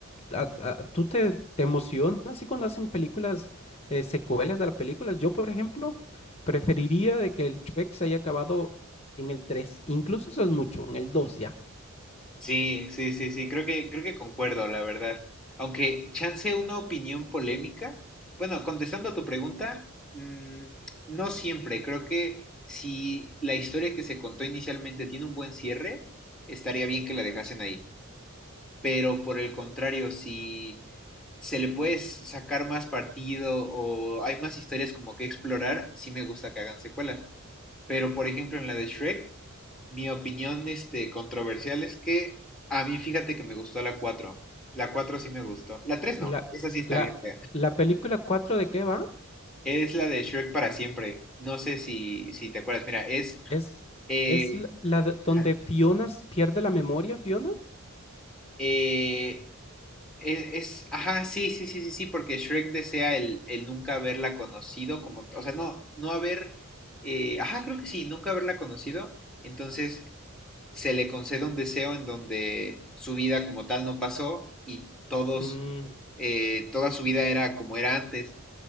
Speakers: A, on the left; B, in the centre.
A: A- a- ¿Tú te, te emocionas así cuando hacen películas, eh, secuelas de las películas? Yo, por ejemplo, preferiría de que el Shrek se haya acabado en el tres incluso eso es mucho, en el dos ya.
B: Sí, sí, sí, sí, creo que, creo que concuerdo, la verdad. Aunque chance una opinión polémica. Bueno, contestando a tu pregunta, mm, no siempre. Creo que si la historia que se contó inicialmente tiene un buen cierre, estaría bien que la dejasen ahí pero por el contrario, si se le puede sacar más partido o hay más historias como que explorar, sí me gusta que hagan secuelas. Pero por ejemplo en la de Shrek, mi opinión este, controversial es que a mí fíjate que me gustó la cuatro La 4 sí me gustó. La 3
A: La,
B: no, esa sí está
A: la,
B: bien fea.
A: la película cuatro ¿de qué va?
B: Es la de Shrek para siempre. No sé si, si te acuerdas. Mira, es...
A: Es,
B: eh,
A: es la, la de- donde
B: ajá,
A: Fiona s- pierde la memoria, Fiona.
B: eh, Es, es- ajá, sí, sí, sí, sí, sí, porque Shrek desea el, el nunca haberla conocido, como, o sea, no, no haber, eh, ajá, creo que sí, nunca haberla conocido, entonces se le concede un deseo en donde su vida como tal no pasó y todos,
A: Mm,
B: eh, toda su vida era como era antes.